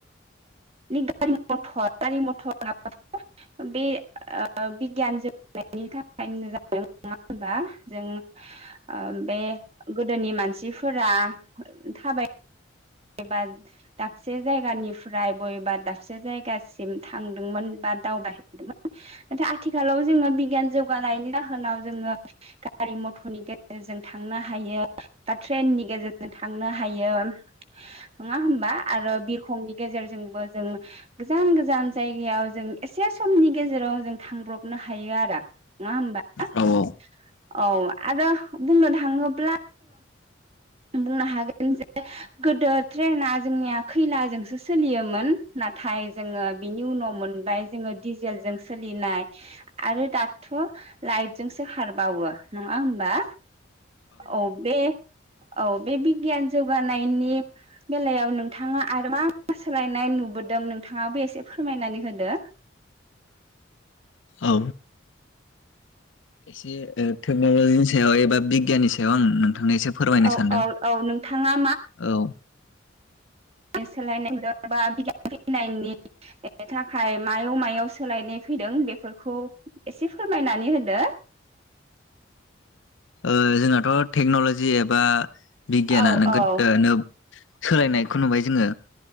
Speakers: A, on the right (about 30°); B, on the left (about 75°).
A: नों गारि मथर गारि मथराव बे बिगियान जौगानायनि थाखायनो जादों नङा होनबा जों बे गोदोनि मानसिफोरा थाबाय एबा दाबसे जायगानिफ्राय बबेबा दाबसे जायगासिम थांदोंमोन बा दावबायहैदोंमोन नाथाय आथिखालाव जोङो बिगियान जौगानायनि जाहोनाव जोङो गारि मथ'नि गेजेरजों थांनो हायो बा ट्रेननि गेजेरजों थांनो हायो। नङा होमबा आरो बिरखंनि गेजेरजोंबो जों। गोजान गोजान जायगायाव जों एसे समनि गेजेराव जों थांब्रबनो हायो आरो। नङा होमबा
B: औ
A: औ आरो बुंनो थाङोब्ला। बुंनो हागोन जे गोदो ट्रेना जोंनिया खैलाजोंसो सोलियोमोन। नाथाय जोङो बिनि उनाव मोन बाय जोङो दिडिजेलजों सोलिनाय आरो दाथ' लाइटजोंसो खारबावो। नङा होमबा औ बे औ बे बिगियान जौगानायनि बेलायाव नोंथाङा आरो मा मा सोलायनाय नुबो। बोदों नोंथाङाबो एसे फोरमायनानै होदो।
B: औ। एसे टेक्न'लजिनि सायाव एबा बिगियाननि सायाव आं नोंथांनो एसे फोरमायनो
A: औ औ
B: सानदों
A: औ नोंथाङा
B: औ।
A: सोलायनायबा बिगियान फैनायनि थाखाय मायाव मायाव सोलायनाय। फैदों बेफोरखौ एसे फोरमायनानै होदो।
B: <inaudible> ओ जोंनाथ' टेक्न'लजि एबा बिगियानानो
A: औ औ
B: गोनो सोलायनायखौ नुबाय जोङो